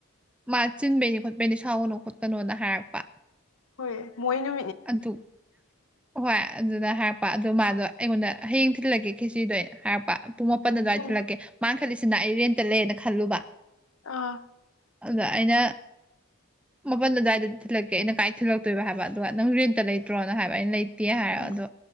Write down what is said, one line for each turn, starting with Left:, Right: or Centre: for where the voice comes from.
Centre: ꯃꯥ ꯆꯤꯟꯕꯩꯅꯤ ꯈꯣꯠꯄꯩꯅꯤ ꯁꯥꯎꯒꯅꯨ ꯈꯣꯠꯀꯅꯣꯅ ꯍꯥꯏꯔꯛꯄ꯫
Left: ꯍꯣꯏ ꯃꯣꯏ ꯅꯨ꯫
Centre: ꯑꯗꯨ ꯍꯣꯏ ꯑꯗꯨꯅ ꯍꯥꯏꯔꯛꯄ ꯑꯗꯨ ꯃꯥꯗꯣ꯫ ꯑꯩꯉꯣꯟꯗ ꯍꯌꯦꯡ ꯊꯤꯜꯂꯒꯦ ꯈꯦꯆꯤꯗꯣ ꯑꯩꯅ ꯍꯥꯏꯔꯛꯄ꯫ ꯄꯨꯡ ꯃꯥꯄꯟ ꯑꯗꯨꯋꯥꯏ
Left: ꯎꯝ
Centre: ꯊꯤꯂꯛꯀꯦ ꯃꯥꯅꯥ ꯈꯠꯂꯤꯁꯤꯅ ꯑꯩ ꯔꯦꯟꯇ ꯂꯩꯅ ꯈꯜꯂꯨꯕ꯫
Left: ꯑꯥ꯫
Centre: ꯑꯗ ꯑꯩꯅ ꯃꯄꯜ ꯑꯗꯨꯋꯥꯏꯗꯗꯤ ꯊꯤꯜꯂꯛꯀꯦ ꯑꯩꯅ ꯀꯥꯏ ꯊꯤꯜꯂꯛꯇꯣꯏꯕ ꯍꯥꯏꯕ꯫ ꯑꯗꯨꯒ ꯅꯪ ꯔꯦꯟꯇ ꯂꯩꯇ꯭ꯔꯣꯅ ꯍꯥꯏꯕ ꯑꯩꯅ ꯂꯩꯇꯦ ꯍꯥꯏꯔ
Left: ꯎꯝ
Centre: ꯑꯗꯣ